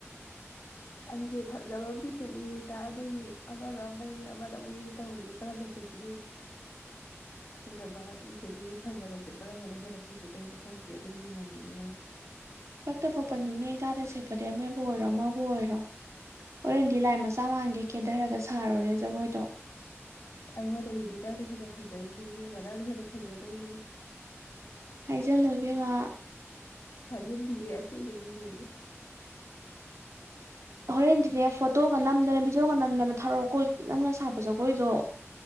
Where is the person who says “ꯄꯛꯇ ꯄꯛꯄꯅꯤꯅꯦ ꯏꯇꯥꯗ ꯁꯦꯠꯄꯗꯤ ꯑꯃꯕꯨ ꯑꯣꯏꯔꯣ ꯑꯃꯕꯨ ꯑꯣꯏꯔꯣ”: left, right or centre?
Right